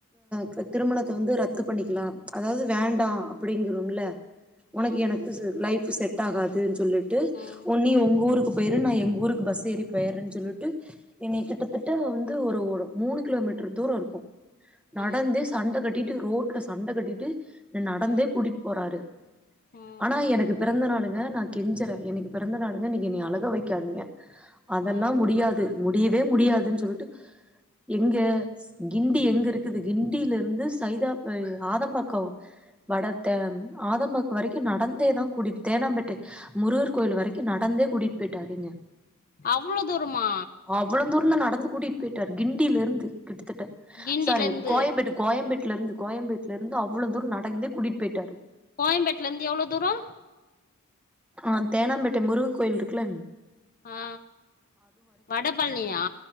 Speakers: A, in the centre; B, on the left.
A: க்கு திருமணத்த வந்து ரத்து பண்ணிக்லா அதாவது வேண்டாம்
B: ம்
A: அப்டிங்கிறம்ல உனக்கு
B: ம்
A: எனக்கு லைப் செட் ஆகாதுன்னு சொல்லிட்டு
B: ம்
A: ஒ நீ உங்க ஊருக்குப் போயிறு நா எங்க ஊருக்கு பஸ் ஏறி போயறன்னு சொல்லிட்டு என்னைய கிட்டத்திட்ட வந்து ஒரு ஒரு மூணு கிலோமீட்டர் தூரம் இருக்கும்
B: ம்
A: நடந்தே சுத் சண்ட கட்டிட்டு ரோட்ல சண்ட கட்டிட்டு என நடந்தே
B: ம்
A: கூட்டிட்டு போறாரு
B: ம்
A: ஆனா எனக்கு பிறந்த நாளுங்க நா கெஞ்சறே எனக்கு பிறந்த நாளுங்க நீங்க என்னைய அழக வெக்காதீங்க அதெல்லா
B: ம்
A: முடியாது முடியவே முடியாதுன்னு சொல்லிட்டு எங்க கிண்டி எங்க இருக்குது கிண்டியில வந்து சைதா போ ஆதம்பாக்கம் வடத்த ஆதம்பாக்கம் வரைக்கு நடந்தேதா கூடிட்டு தேனாம்பேட்டை முருகர் கோயில் வரைக்கு நடந்தே கூட்டிட்டு போயிட்டாருங்க
B: அவ்ளோ தூரமா
A: அவ்வளோ தூரந்தா நடந்து கூட்டிட்டு போயிட்டாரு கிண்டில இருந்து கிட்டத்தட்ட
B: கிண்டில
A: சாரி
B: இருந்து
A: கோயம்பேடு கோயம்பேட்டுல இருந்து கோயம்பேட்டுல இருந்து அவ்வளோ தூரம் நடந்தே கூட்டிட்டு போயிட்டாரு
B: கோயம்பேட்ல இருந்து எவ்ளோ தூரோ
A: ஆ தேனாம்பேட்டை முருக கோயில் இருக்குல்ல
B: ஆ வடபழனியா